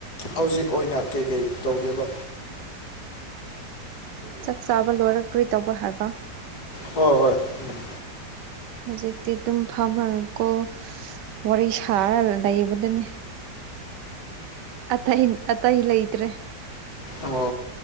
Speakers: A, on the left (about 60°); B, on the right (about 75°).
A: ꯍꯧꯖꯤꯛ ꯑꯣꯏꯅ ꯀꯩ ꯀꯩ ꯇꯧꯒꯦꯈꯤꯕ
B: ꯆꯥꯛ ꯆꯥꯕ ꯂꯣꯏꯔꯛꯀ꯭ꯔꯤ ꯇꯧꯕ ꯍꯥꯏꯕ
A: ꯍꯣꯏ ꯍꯣꯏ ꯎꯝ
B: ꯍꯧꯖꯤꯛꯇꯤ ꯑꯗꯨꯝ ꯐꯝꯃꯒꯀꯣ ꯋꯥꯔꯤ ꯁꯥꯔ ꯂꯩꯕꯗꯨꯅꯤ ꯑꯇꯩ ꯑꯇꯩ ꯂꯩꯇ꯭ꯔꯦ
A: ꯑꯣ